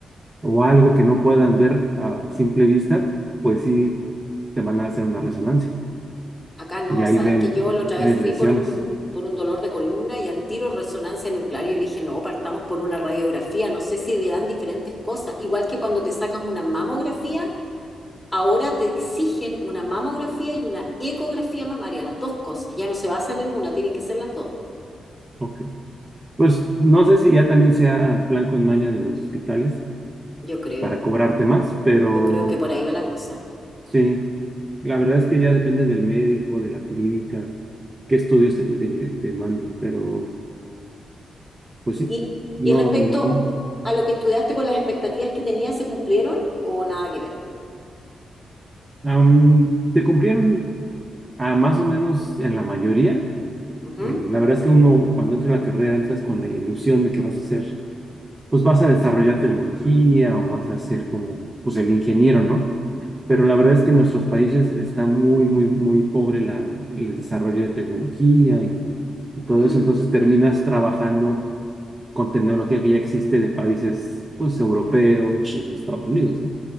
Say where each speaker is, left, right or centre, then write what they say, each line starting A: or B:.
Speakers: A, on the right (about 25°); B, in the centre.
A: o algo que no puedan ver a simple vista, pues sí te mandan a hacer una resonancia
B: Acá no,
A: y ahí
B: sabes
A: ven,
B: que yo la otra
A: tienes
B: vez fui
A: lesiones.
B: por un, por un dolor de columna y al tiro resonancia nuclear. Y yo le dije, no, partamos por una radiografía, no sé si dan diferentes cosas. Igual que cuando te sacas una mamografía, ahora te exigen una mamografía y una ecografía mamaria, las dos cosas. Ya no se basan en una, tienen que ser las dos.
A: Ok. Pues no sé si ya también sea plan con maña de los hospitales
B: Yo creo,
A: para cobrarte más, pero
B: yo creo que por ahí va la cosa.
A: sí, la verdad es que ya depende del médico, de la clínica, qué estudios te, te, te manden, pero pues sí,
B: Y,
A: no.
B: y respecto
A: mm, mm,
B: a lo que estudiaste con las expectativas que tenías, ¿se cumplieron o nada que ver?
A: am, te cumplieron a más o menos en la mayoría
B: Ujú.
A: Eh, la verdad es que uno cuando entra en la carrera entras con la ilusión de que vas a hacer, pues vas a desarrollar tecnología o vas a ser como, pues el ingeniero, ¿no? Pero la verdad es que en nuestros países está muy, muy, muy pobre la, el desarrollo de tecnología y, y todo
B: Mm.
A: eso. Entonces terminas trabajando con tecnología que ya existe de países, pues, europeos o de Estados Unidos, ¿no?